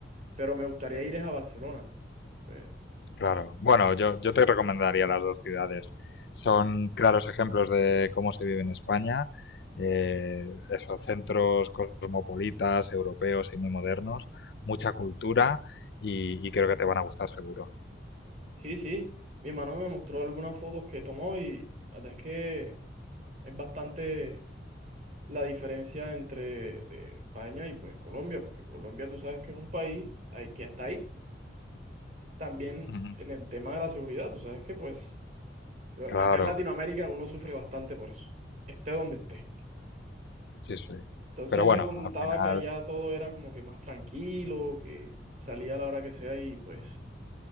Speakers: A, on the right (about 40°); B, on the left (about 60°).
A: pero me gustaría ir es a Barcelona. Pues,
B: Claro. Bueno, yo, yo te recomendaría las dos ciudades. Son claros ejemplos de cómo se vive en España. Eh, esos centros cosmopolitas, europeos y muy modernos. Mucha cultura y, y creo que te van a gustar seguro.
A: sí, sí, mi hermano me mostró algunas fotos que tomó y la verdad es que es bastante la diferencia entre eh, España y pues Colombia, porque Colombia tú sabes que es un país hay que hasta ahí. También
B: Ujú.
A: en el tema de la seguridad, tú sabes que pues Pero
B: Claro,
A: Acá en Latinoamérica uno sufre bastante por eso, esté donde esté.
B: sí, sí.
A: Entonces
B: Pero bueno,
A: me contaba
B: al final...
A: que allá todo era como que más tranquilo, que salía a la hora que sea y pues